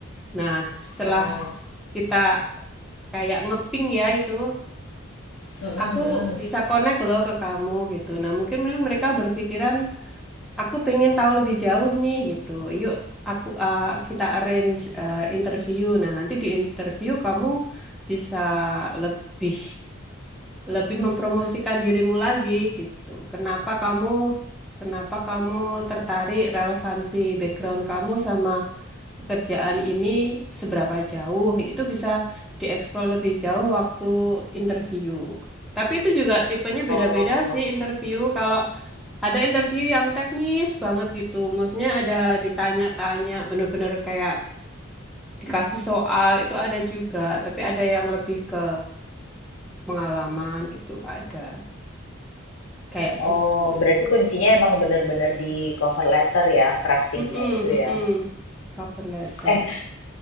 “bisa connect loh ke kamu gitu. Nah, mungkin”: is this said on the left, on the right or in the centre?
Centre